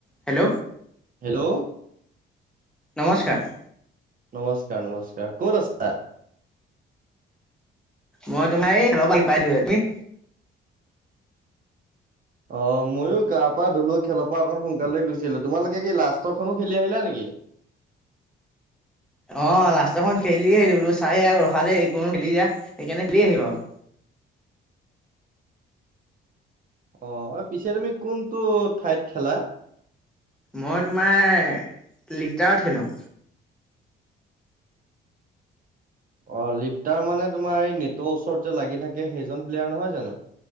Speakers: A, in the centre; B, on the right.
A: Hello.
B: Hello.
A: নমস্কাৰ।
B: নমস্কাৰ নমস্কাৰ ক'ত আছা?
A: মই তোমাৰ এই খেলৰ পৰা আহি পাইছোঁ হে তুমি?
B: অ', ময়ো গা পা ধুলু খেলৰ পৰা অকণ সোনকালে গুছি আহিলোঁ, তোমালোকে কি লাষ্টৰখনো খেলি আহিলা নেকি?
A: অ', লাষ্টৰখন খেলি আহিলোঁ, বোলো চাই <unintelligible> কোনো খেলি <unintelligible> সেইকাৰণে খেলি আহিলোঁ আৰু।
B: অ', পিছে তুমি কোনটো ঠাইত খেলা?
A: মই তোমাৰ লিফটাৰত খেলোঁ।
B: অ', লিফটাৰ মানে তোমাৰ এই নেটৰ ওচৰত যে লাগি থাকে সেইজন প্লেয়াৰ নহয় জানো?